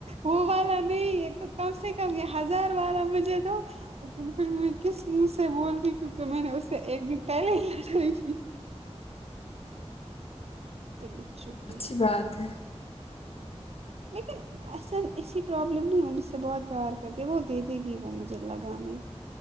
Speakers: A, on the right (about 65°); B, on the left (about 60°).
A: وہ والا نہیں یہ تو کم سے کم یہ ہزار والا مجھے تو لیکن پھر کس منہ سے بول دی کیونکہ میں نے اس سے ایک دن پہلے ہی لڑائی کی تھی پھر میں چپ
B: اچھی
A: رہی
B: بات ہے
A: لیکن ایسا ایسی پرابلم نہیں ہو مجھ سے بہت پیار کرتی ہے وہ دے دے گی وہ مجھے لگانے